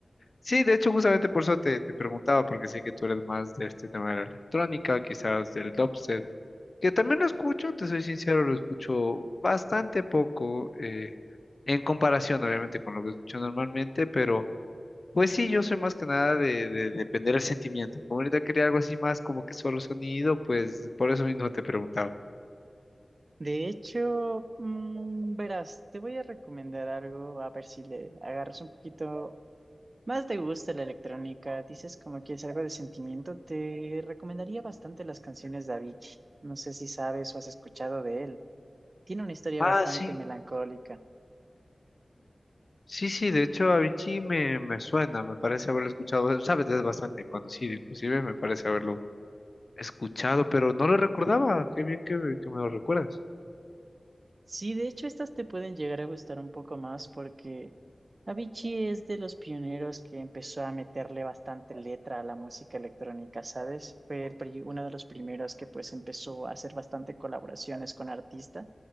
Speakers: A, on the left; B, on the right.
A: Sí, de hecho justamente por eso te, te preguntaba, porque sé que tú eres más de este tema de la electrónica, quizás del dubstep. que también lo escucho, te soy sincero, lo escucho bastante poco, eh, en comparación obviamente con lo que escucho normalmente, pero pues sí, yo soy más que nada de, de depender del sentimiento. Y como ahorita quería algo así más como que solo sonido, pues por eso mismo te preguntaba.
B: De hecho, mm, verás, te voy a recomendar algo, a ver si le agarras un poquito más de gusto a la electrónica. Dices como que es algo de sentimiento, te recomendaría bastante las canciones de Avicii. No sé si sabes o has escuchado de él. Tiene una historia
A: Ah,
B: bastante
A: sí,
B: melancólica.
A: sí, sí, de hecho Avicii me, me suena, me parece haberlo escuchado, sabes, es bastante conocido, inclusive me parece haberlo escuchado, pero no lo recordaba, qué bien que, me- que me lo recuerdas.
B: Sí, de hecho, estas te pueden llegar a gustar un poco más porque Avicii es de los pioneros que empezó a meterle bastante letra a la música electrónica, ¿sabes? Fue el pri- uno de los primeros que pues empezó a hacer bastante colaboraciones con artistas